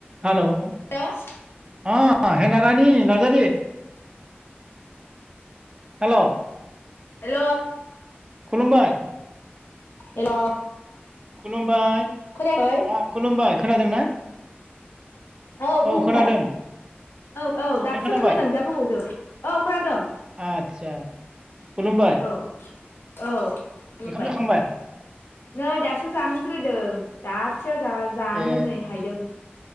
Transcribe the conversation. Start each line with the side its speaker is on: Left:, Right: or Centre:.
Right: हेल अ
Left: हेल'
Right: हेनारानि नार्जारि हेल
Left: हेल
Right: खुलुमबाय
Left: हेल'
Right: खुलुमबाय
Left: खोनायाखै
Right: अ खुलुमबाय खोनादोंना
Left: औ खुलुमबाय
Right: खोनादों नों
Left: औ औ दासो
Right: खोनाबाय
Left: खोनादों जा गोबावजों औ खोनादों
Right: आदसा खुलुमबाय
Left: औ औ खुलुमबाय
Right: ओंखाम जाखांबाय
Left: नै दासो जानोज्रायदों दासया जानो
Right: ए
Left: नै हायदों